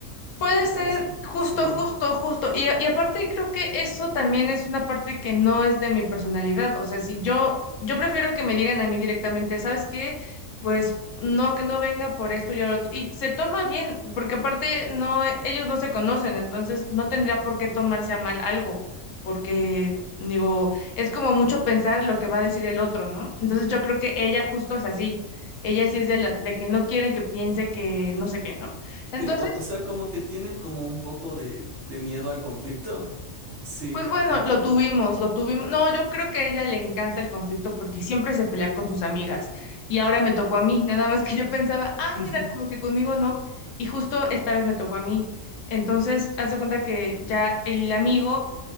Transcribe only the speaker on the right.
Entonces,
sí,
sí, o, o sea, como que tienen como un poco de, de miedo al conflicto. Sí.
en-
<laughs>